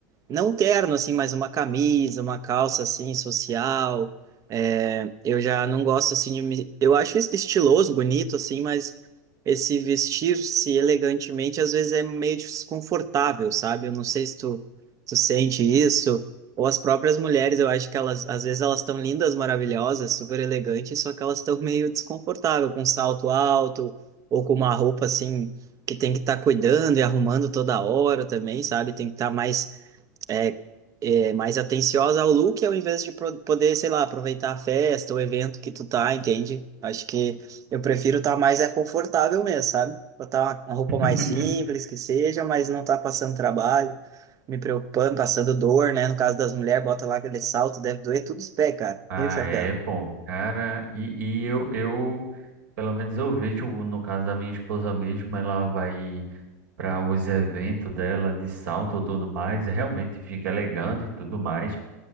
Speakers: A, on the right (about 35°); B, on the right (about 80°).
A: não um terno, assim, mas uma camisa, uma calça, assim, social. É, eu já não gosto, assim, de me... Eu acho isso estiloso, bonito, assim, mas esse vestir-se elegantemente, às vezes, é meio desconfortável, sabe? Eu não sei se tu, tu sente isso. Ou as próprias mulheres, eu acho que elas, às vezes, elas estão lindas, maravilhosas, super elegantes, só que elas estão meio desconfortáveis, com salto alto, ou com uma roupa, assim, que tem que estar cuidando e arrumando toda hora também, sabe? Tem que estar mais é, é mais atenciosa ao look ao invés de pro- poder, sei lá, aproveitar a festa, o evento que tu tá, entende? Acho que eu prefiro estar mais é confortável mesmo, sabe? Botar uma, uma roupa
B: <laughs>
A: mais simples que seja, mas não tá passando trabalho, me preocupando, passando dor, né? No caso das mulheres, bota lá aquele salto, deve doer tudo os pés, cara.
B: Ah,
A: E o chapéu?
B: é, pô, cara, e, e eu, eu, pelo menos eu vejo, no caso da minha esposa mesmo, ela vai. para os eventos dela de salto e tudo mais, e realmente fica elegante e tudo mais.